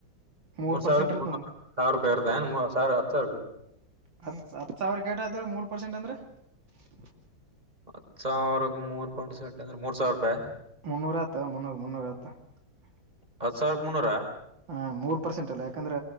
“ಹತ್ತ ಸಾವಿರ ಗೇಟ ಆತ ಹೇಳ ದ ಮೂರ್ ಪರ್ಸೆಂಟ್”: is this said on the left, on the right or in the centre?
Right